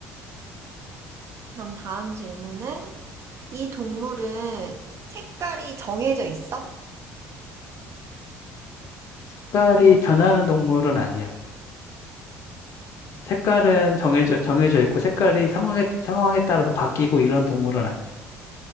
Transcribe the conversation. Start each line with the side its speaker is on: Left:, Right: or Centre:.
Right: 그럼 다음 질문은 이 동물은 색깔이 정해져 있어?
Left: 색깔이 변하는 동물은 아니야. 색깔은 정해져, 정해져 있고 색깔이 상황에, 상황에 따라서 바뀌고 이런 동물은 아니야.